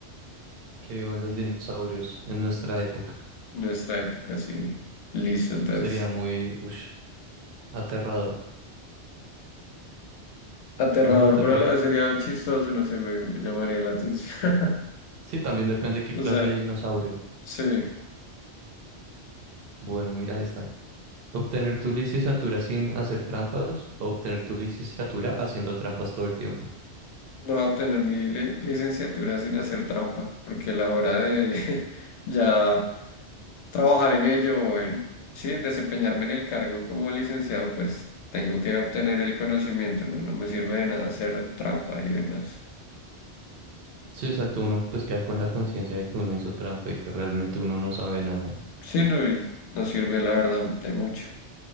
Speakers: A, on the right (about 60°); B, on the left (about 80°).
A: que vivan los dinosaurios en nuestra época.
B: En nuestra época, sí. Listo, entonces.
A: Sería muy, ush, aterrador.
B: Aterrador,
A: ¿No, no te
B: pero
A: parece?
B: a la vez sería chistoso, no sé, me me llamaría la atención. <laughs>
A: Sí, también depende qué
B: O
A: clase
B: sea,
A: de dinosaurio.
B: sí, no
A: Bueno, mira esta. Obtener tu licenciatura sin hacer trampas o obtener tu licenciatura haciendo trampas todo el tiempo.
B: voy a obtener mi li- licenciatura sin hacer trampa, porque a la hora de <laughs> ya trabajar en ello o en, sí, en desempeñarme en el cargo como licenciado, pues tengo que obtener el conocimiento, ¿no? No me sirve de nada hacer trampa y demás.
A: Sí, exacto. Uno pues queda con la conciencia de que uno hizo trampa y que realmente uno no sabe nada.
B: Sí, no, y no sirve la verdad de mucho.